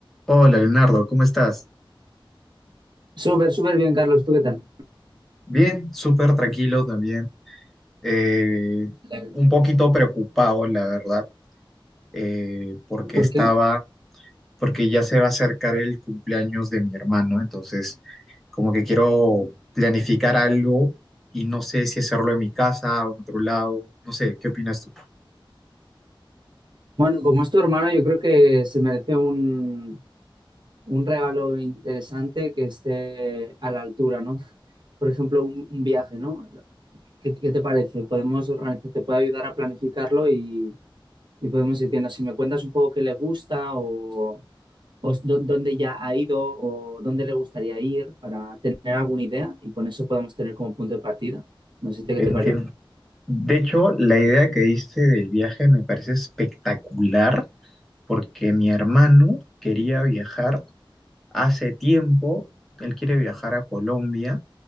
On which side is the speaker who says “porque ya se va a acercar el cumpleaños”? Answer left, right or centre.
Centre